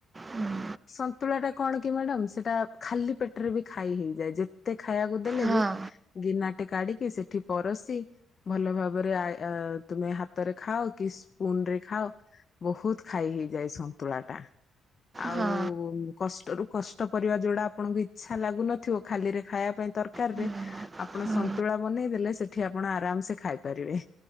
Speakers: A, on the right (about 25°); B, on the left (about 45°).
A: ହୁଁ।
B: ସନ୍ତୁଳା ଟା କଣ କି ମ୍ୟାଡାମ ସେଟା ଖାଲି ପେଟରେ ବି ଖାଇ ହେଇଯାଏ। ଯେତେ ଖାଇବାକୁ ଦେଲେ
A: ହଁ
B: ବି ଗିନାଟେ କାଢିକି ସେଠି ପରସି ଭଲ ଭାବରେ ଆଏ ଅ ତୁମେ ହାତରେ ଖାଅ କି ସ୍ପୁନ ରେ ଖାଅ ବହୁତ ଖାଇ ହେଇଯାଏ ସନ୍ତୁଳା ଟା ଆଉ
A: ହଁ
B: କଷ୍ଟରୁ କଷ୍ଟ ପରିବା ଯୋଉଡା ଆପଣଙ୍କୁ ଇଛା ଲାଗୁନଥିବ ଖାଲି ରେ ଖାଇବା ପାଇଁ ତରକାରି
A: ହୁଁ,
B: ରେ ଆପଣ
A: ହୁଁ,
B: ସନ୍ତୁଳା ବନେଇ ଦେଲେ ସେଠି ଆପଣ ଆରାମସେ ଖାଇପାରିବେ।